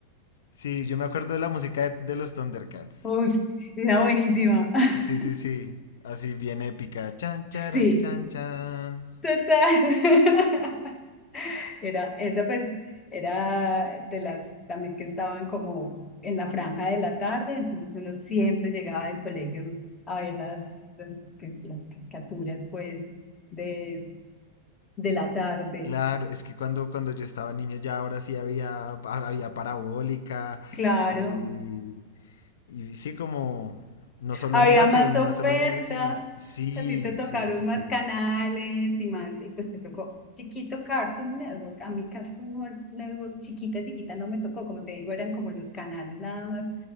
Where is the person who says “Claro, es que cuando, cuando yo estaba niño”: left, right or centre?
Left